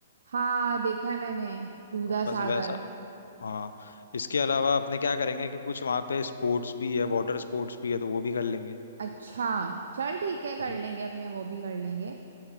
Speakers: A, on the right; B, on the left.
A: हाँ देखा है मैंने दूधा
B: हाँ, बस
A: सागर
B: वैसा हाँ इसके अलावा अपने क्या करेंगे कि कुछ वहाँ पे स्पोर्ट्स भी है वाटर स्पोर्ट्स भी है तो वो भी कर लेंगे
A: अच्छा चल ठीक है
B: हम्म।
A: कर लेंगे अपने वो भी कर लेंगे